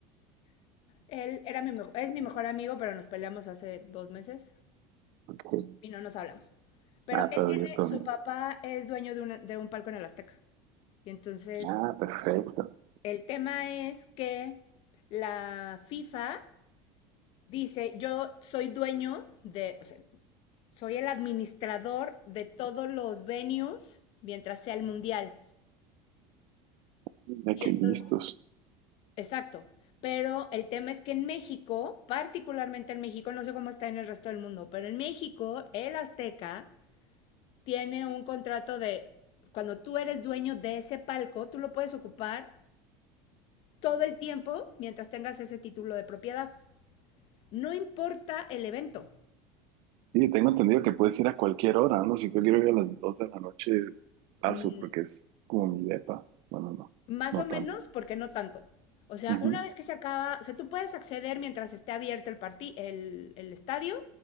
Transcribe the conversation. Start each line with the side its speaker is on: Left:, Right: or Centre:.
Left: Él era mi mejo- es mi mejor amigo, pero nos peleamos hace dos meses
Right: Ok.
Left: y no nos hablamos. Pero
Right: Ah,
Left: él
Right: todavía
Left: tiene,
Right: estoy
Left: su
Right: bien.
Left: papá es dueño de, una- de un palco en el Azteca. Y entonces
Right: Ah, perfecto.
Left: el tema es que la FIFA dice, yo soy dueño de, o sea, soy el administrador de todos los venues mientras sea el mundial.
Right: Mira
Left: Y
Right: que
Left: entonces,
Right: listos.
Left: exacto. Pero el tema es que en México, particularmente en México, no sé cómo está en el resto del mundo, pero en México, el Azteca tiene un contrato de cuando tú eres dueño de ese palco, tú lo puedes ocupar todo el tiempo mientras tengas ese título de propiedad. No importa el evento,
Right: Sí, tengo entendido que puedes ir a cualquier hora, ¿no? Si yo quiero ir a las dos de la noche, paso,
Left: mm,
Right: porque es como mi depa. Bueno, no,
Left: más
Right: no
Left: o menos,
Right: tanto.
Left: porque no tanto. O sea,
Right: Ujú,
Left: una vez que se acaba, o sea, tú puedes acceder mientras esté abierto el, parti- el, el estadio,